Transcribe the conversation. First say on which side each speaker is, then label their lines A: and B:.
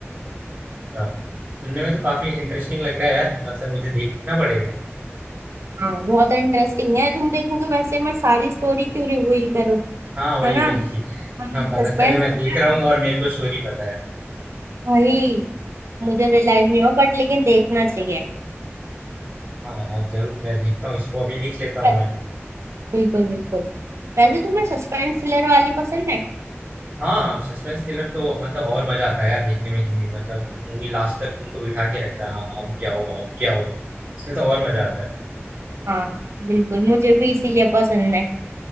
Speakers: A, on the right; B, on the right.
A: अच्छा सुनने में तो काफी इंटरेस्टिंग लग रहा है यार मतलब मुझे देखना पड़ेगा
B: हाँ बहुत इंटरेस्टिंग है तुम देखोगे वैसे मैं सारी स्टोरी क्यों रिवील करूँ
A: हाँ वही
B: है ना
A: वही
B: वही
A: हाँ पता
B: सस्पेंस
A: चले मैं देख
B: बना
A: रहा
B: रहना
A: हूँ
B: चाहिए
A: और मेरे को स्टोरी पता है
B: भाई मुझे रियलाइज नहीं हुआ बट लेकिन देखना चाहिए
A: हाँ यार जरूर मैं देखता हूँ इसको अभी लिख लेता हूँ
B: ब-
A: मैं
B: बिल्कुल बिल्कुल वैसे तुम्हें सस्पेंस थ्रिलर वाली पसंद है
A: हाँ सस्पेंस थ्रिलर तो मतलब और मजा आता है यार देखने में कि मतलब मूवी लास्ट तक तुमको बिठा के रखता है हाँ अब क्या होगा अब क्या होगा इसमें तो और मजा आता है
B: हाँ बिल्कुल मुझे भी इसीलिए पसंद है